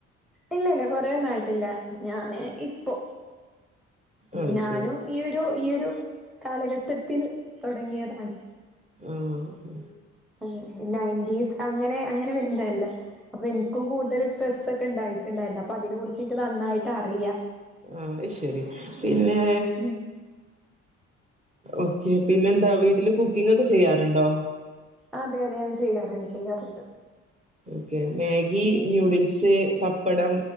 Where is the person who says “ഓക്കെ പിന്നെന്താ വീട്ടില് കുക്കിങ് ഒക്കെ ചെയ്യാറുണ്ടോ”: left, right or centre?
Right